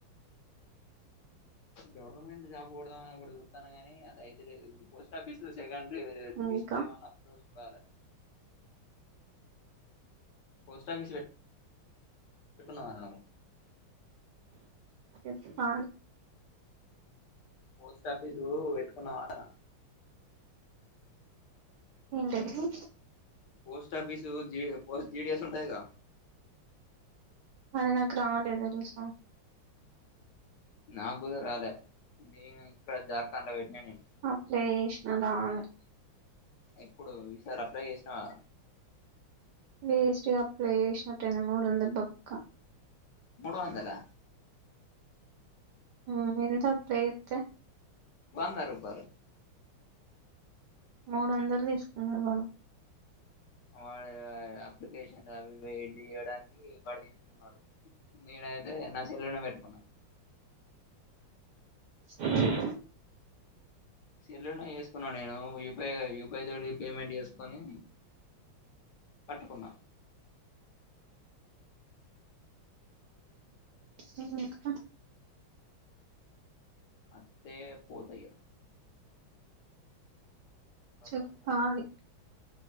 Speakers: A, on the left; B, on the right.
A: గవర్నమెంట్ జాబ్ కొడదాం అని ఒకటి జూత్తున్నా గాని, అంత అయితలేదు. ఈగ post office second. Pre <unintelligible>
B: ఇంకా
A: list ఏమైనా ఒత్తదో జూడాలి. పోస్ట్ ఆఫీస్ వెతు, పేతుకున్నవే నువ్వు.
B: చెప్పాలి.
A: పోస్ట్ ఆఫీసు వెట్టుకున్నవా అంటన్నా?
B: ఏంటది?
A: Post office GD post GDS ఉంటది గ.
B: అది నాకు, రాలేదు ఈరోజు?
A: నా గూడా రాలే? నేన్ ఇక్కడ జార్ఖండ్‌లో పెట్టిన నేన్.
B: అప్లై జేశినా రాలే.
A: ఎప్పుడు ఈసారి అప్లై జేశినవా?
B: వేస్ట్‌గా అప్లై జేశినా, రెండు మూడు వందల భొక్క.
A: మూడు వందలా?
B: హ్మ్మ్మ్, ఎల్లేటప్పుడు ప్రే చేస్తా.
A: వంద రూపాలు.
B: మూడు వందల, తీస్కున్నడు వాడు.
A: వాడు ఊ ఆ అప్లికేషన్ అవి ఇవి ఎడిట్ చేయడానికి వాడు తీస్కున్నడు. నేన్ అయితె నా సెల్లుల్నే పెట్టుకున్న.
B: సరే <inaudible> నా.
A: సెల్లుల్నే చేసుకున్నాను నేను. యూపీఐ యూపీఐతోటి పేమెంట్ చేసుకుని. కట్టుకున్న.
B: ఏను <unintelligible> గన్ ఎక్క.
A: అత్తే పోతయ్యా. వరదన
B: చెప్పాలి.